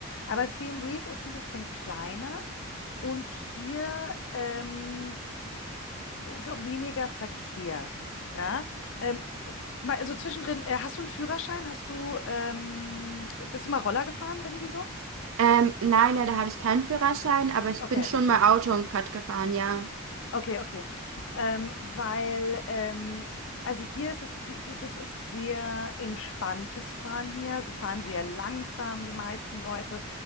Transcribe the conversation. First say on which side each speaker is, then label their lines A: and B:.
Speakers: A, on the left; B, on the right.
A: Aber Siem Reap ist ein bisschen kleiner und hier ähm, Ist auch weniger Verkehr. Ja, ähm, mal, also zwischendrin, äh, hast du einen Führerschein? Hast du, ähm, bist du mal Roller gefahren irgendwie so?
B: Ähm, nein, ja, da habe ich keinen Führerschein, aber ich
A: Okay,
B: bin schon
A: okay.
B: mal Auto und Quad gefahren, ja.
A: Okay, okay. Ähm, weil, ähm, also hier ist es, die- die- das ist sehr entspanntes Fahren hier. Sie fahren sehr langsam, die meisten Leute.